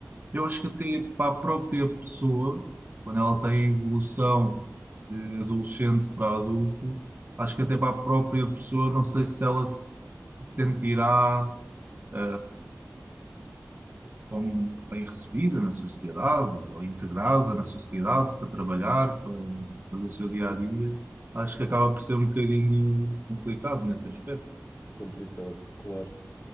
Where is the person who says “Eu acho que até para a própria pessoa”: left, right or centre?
Right